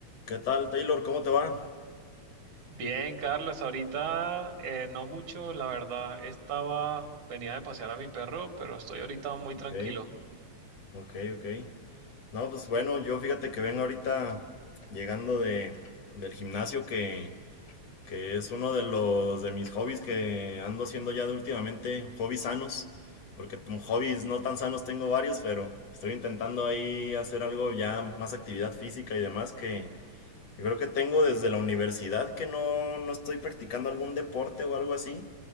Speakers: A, on the left (about 60°); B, on the right (about 75°).
A: ¿Qué tal, Taylor? ¿Cómo te va?
B: Bien, Carlos, ahorita eh, no mucho, la verdad. Estaba, venía de pasear a mi perro, pero estoy ahorita muy
A: Ok,
B: tranquilo.
A: Ok, ok. No, pues bueno, yo fíjate que vengo ahorita llegando de, del gimnasio que, que es uno de los de mis hobbies que ando haciendo ya de últimamente, hobbies sanos, porque t- hobbies no tan sanos tengo varios, pero estoy intentando ahí hacer algo ya más actividad física y demás que yo creo que tengo desde la universidad que no, no estoy practicando algún deporte o algo así.